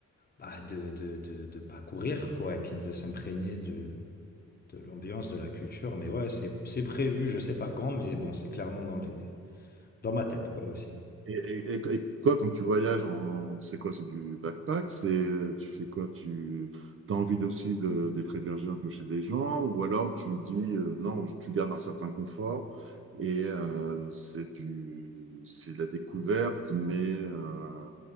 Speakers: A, on the left; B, on the right.
A: bah, de, de, de, de pas courir, quoi, et puis de s'imprégner de, de l'ambiance, de la culture. Mais ouais, c'est, c'est prévu, je sais pas quand, mais bon, c'est clairement dans les, dans ma tête, quoi, aussi.
B: Et, et, et- et quoi, quand tu voyages en, c'est quoi, c'est du backpack? C'est, tu fais quoi? Tu, as envie aussi de, d'être hébergé un peu chez des gens? Ou alors tu dis, euh, non, je- tu gardes un certain confort et euh, c'est du, c'est de la découverte, mais euh,